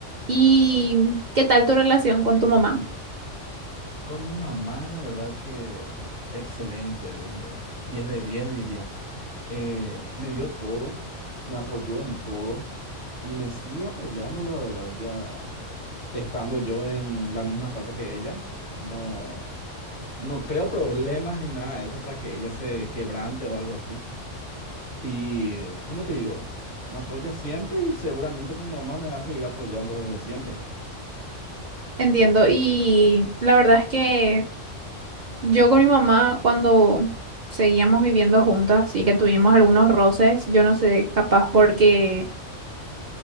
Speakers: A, on the right; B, on the left.
A: ¿Y qué tal tu relación con tu mamá?
B: Con mi mamá, la verdad que excelente, eh, 10 de 10 diría. Eh, me dio todo, me apoyó en todo y me sigue apoyando, la verdad, ya estando yo en la misma casa que ella. No, no creo problemas ni nada de eso para que ella se quebrante o algo así. Y, ¿cómo te digo? Me apoya siempre y seguramente como mamá me va a seguir apoyando desde siempre.
A: Entiendo. Y la verdad es que yo con mi mamá, cuando seguíamos viviendo juntas y que tuvimos algunos roces, yo no sé, capaz porque